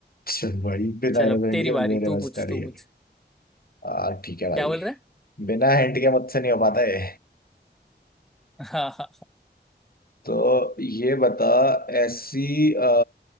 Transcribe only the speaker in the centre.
चल
अब तेरी
बारी
तू
पूछ
तू पूछ
क्या बोल रहा
है हाँ हाँ